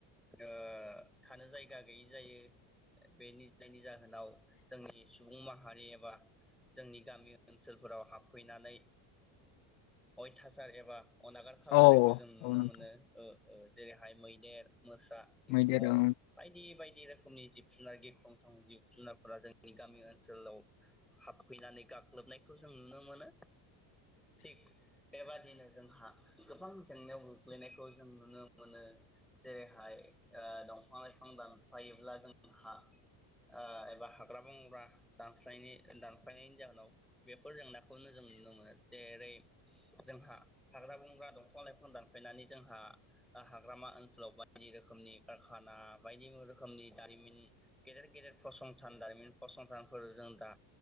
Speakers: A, in the centre; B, on the left (about 80°).
A: ओ थानो जायगा गैयि जायो बेनि नै जाहोन नाव जोंनि सुबुंयानो सुबुं माहारि एबा जोंनि गामि ओनसोलफोराव हाबफैनानै ओ अयथासार एबा अनागार खालामनायखौ
B: औ
A: जों नुनो
B: औ नोंथां
A: मोनो ओ ओ जेरैहाय मैदेर मोसा सिंह
B: मैदेर औ
A: बायदि बायदि नि रोखोमनि जिब जुनार गिख्रंथाव जिब जुनारफोरा जोंनि गामि ओनसोलाव हाबफैनानै गाग्लोबनायखौ जों नुनो मोनो थिग बेबादिनो जोंहा गोबां जेंनायाव गोग्लैनायखौ जों नुनो मोनो जेरैहाय ओ दंफां लाइफां दानफायोब्ला जों ओं हा ओ एबा हाग्रा बंग्रा दानस्लायनाय दानफायनायनि जाहोनाव बेफोर जेंनाखौनो जों नुनो मोनो जेरै जोंहा हाग्रा बंग्रा दंफां लाइफां दानफायनानै जोंहा ओ हाग्रामा ओनसोलाव बायदि रोखोमनि कारखाना बायदि रोखोमनि दारिमिन गेदेर गेदेर फसंथान दारिमिन फसंथानफोर जों दा